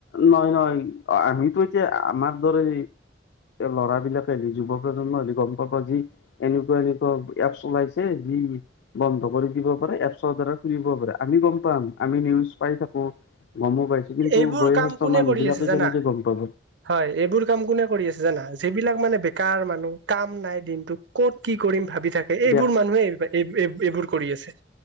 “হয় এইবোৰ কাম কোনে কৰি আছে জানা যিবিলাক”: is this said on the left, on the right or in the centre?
Right